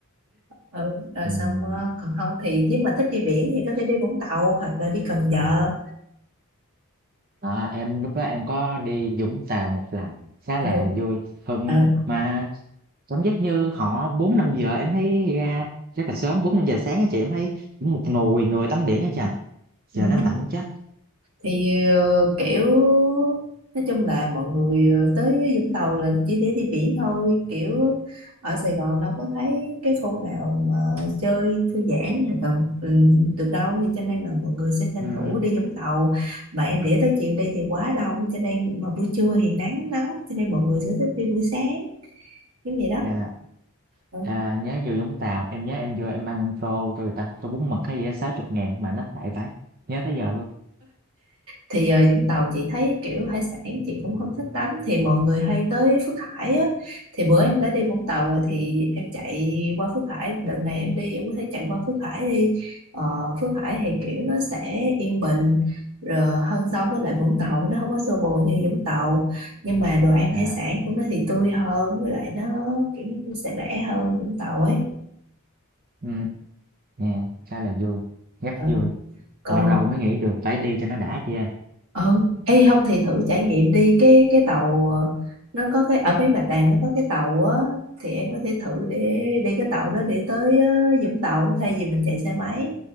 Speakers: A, on the right; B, on the right.
A: ừ. rồi
B: Ừm.
A: xong ờ, còn không thì nếu mà thích đi biển thì có thể đi Vũng Tàu hoặc là đi Cần Giờ
B: À, em lúc đó em có đi Vũng Tàu một lần khá
A: ừ.
B: là vui hơn
A: Ừ.
B: mà cảm giác như họ bốn năm giờ em thấy ra rất là sớm bốn năm giờ sáng á chị em thấy cũng một nùi người tắm biển á chị giờ
A: Ừ.
B: đó em lạnh chết
A: thì ờ, kiểu nói chung là mọi người ờ, tới Vũng Tàu là chỉ để đi biển thôi kiểu ở Sài Gòn đâu có thấy cái khu nào mà chơi thư giãn hoặc là ừ, được đâu thì cho nên là mọi người sẽ tranh
B: ừ,
A: thủ đi Vũng Tàu mà em để tới chiều đi thì quá đông cho nên mà buổi trưa thì nắng nóng cho nên mọi người sẽ thích đi buổi sáng giống vậy đó
B: dạ.
A: Ờ.
B: à, nhớ vô Vũng Tàu em nhớ em vô em ăn tô tô gì ta tô bún mực hay gì á sáu chục ngàn mà nó lại phải nhớ tới giờ luôn
A: thì giờ Vũng Tàu chị thấy kiểu hải sản chị cũng không thích lắm thì mọi người hay tới Phước Hải á thì bữa em đã đi Vũng Tàu rồi thì em chạy qua Phước Hải đợt này em đi em có thể chạy qua Phước Hải đi ờ, Phước Hải thì kiểu nó sẽ yên bình rồi hơn so với lại Vũng Tàu nó không có xô bồ như Vũng Tàu nhưng mà đồ ăn hải
B: à,
A: sản của nó thì tươi hơn với lại nó kiểu nó cũng sẽ rẻ hơn Vũng Tàu ấy
B: ừ, dạ, khá là vui rất
A: ừ.
B: vui
A: còn
B: lâu lâu mới nghĩ được phải đi cho nó đã chị ơi
A: ừ Ê không thì thử trải nghiệm đi cái cái tàu ờ, nó có cái ở bên Bạch Đằng nó có cái tàu á thì em có thể thử để đi cái tàu đó để tới ờ, Vũng Tàu thay vì mình chạy xe máy